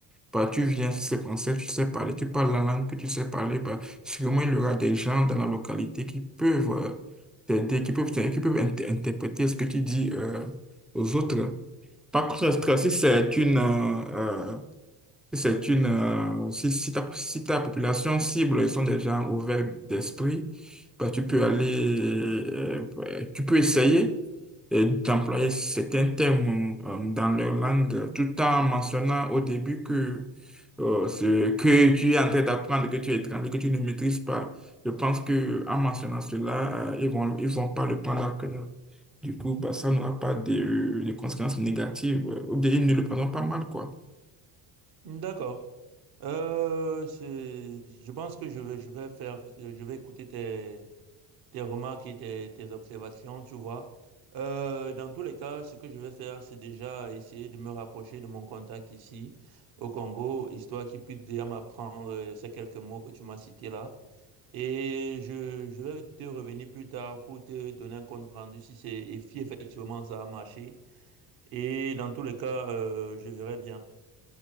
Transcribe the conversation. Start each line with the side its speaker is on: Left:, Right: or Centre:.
Centre: Bah, tu viens, si c'est français, tu sais parler, tu parles la langue que tu sais parler, bah, sûrement il y aura des gens dans la localité qui peuvent euh, t'aider, qui peuvent, qui peuvent int- interpréter ce que tu dis euh, aux autres. Par contre, si c'est une, euh, c'est une, euh, si, si ta, si ta population cible, ils sont des gens ouverts d'esprit, bah, tu peux aller, euh, ouais, tu peux essayer euh, d'employer certains termes euh, dans leur langue tout en mentionnant au début que euh, ce que tu es en train d'apprendre, que tu es étranger, que tu ne maîtrises pas. Je pense que en mentionnant cela, euh, ils vont, ils vont pas le prendre à cœur. Du coup, bah, ça n'aura pas de, de conséquences négatives, euh, ou bien ils ne le prendront pas mal, quoi.
Right: D'accord. Euh, c'est- je pense que je vais je vais faire je vais écouter tes tes remarques et tes, tes observations, tu vois. Euh, dans tous les cas, ce que je vais faire, c'est déjà essayer de me rapprocher de mon contact ici au Congo, histoire qu'il puisse déjà m'apprendre euh, ces quelques mots que tu m'as cités là. Et je, je vais te revenir plus tard pour te donner un compte rendu si c'est et si effectivement ça a marché. Et dans tous les cas, euh, je verrai bien.